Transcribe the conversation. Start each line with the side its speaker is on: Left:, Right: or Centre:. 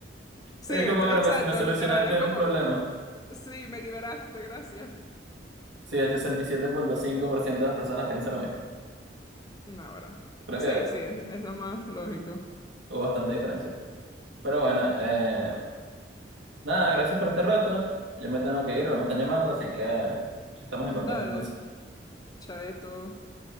Left: Sí,
Right: Es como,
Left: ex-
Right: bueno,
Left: exacto,
Right: me, me solucionaste
Left: literal, es como,
Right: un problema.
Left: sí, me liberaste, gracias.
Right: Sí, el sesenta y siete punto cinco por ciento de las personas piensan lo mismo.
Left: No, ahora.
Right: Creo
Left: Sí,
Right: que
Left: sí, es, es lo más lógico.
Right: hubo bastante diferencia. Pero bueno, eh, nada, gracias por este rato. Yo me tengo que ir, me están llamando, así que estamos en contacto
Left: Dale,
Right: entonces.
Left: chaito.